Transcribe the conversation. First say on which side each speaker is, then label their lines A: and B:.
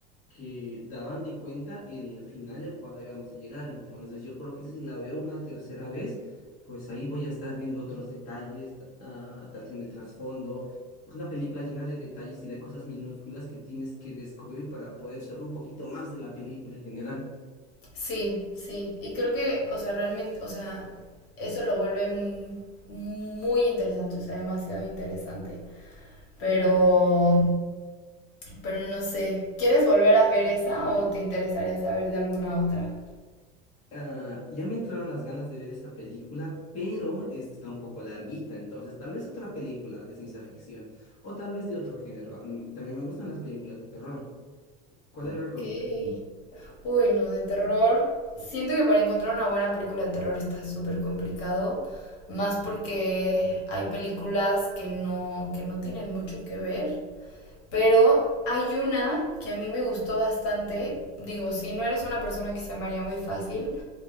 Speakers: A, on the left; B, on the left.
A: que daban de cuenta el final al cual íbamos a llegar. Entonces, yo creo que si la veo una tercera vez, pues ahí voy a estar viendo otros detalles, ta- ah, tal vez en el trasfondo. Es una película llena de detalles y de cosas minúsculas que tienes que descubrir para poder saber un poquito más de la película en general.
B: sí, sí. Y creo que, o sea, realmente, o sea, eso lo vuelve m- muy interesante, o sea, demasiado interesante. Pero, pero no sé. ¿Quieres volver a ver esa o te interesaría saber de alguna otra?
A: Ah, ya me entraron las ganas de ver esta película, pero esta está un poco larguita, entonces tal vez otra película de ciencia ficción o tal vez de otro género. Mm, También me gustan las películas de terror. ¿Cuáles
B: Ok.
A: recomiendas?
B: Uy, no, de terror. Siento que para encontrar una buena película de terror está súper complicado, más porque hay películas que no, que no tienen mucho que ver, pero hay una que a mí me gustó bastante. Digo, si no eres una persona que se maría muy fácil,